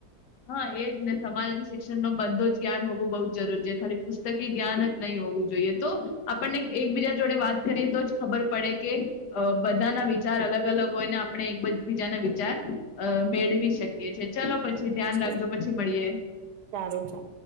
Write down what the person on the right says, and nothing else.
ચાલો
સારું ચાલો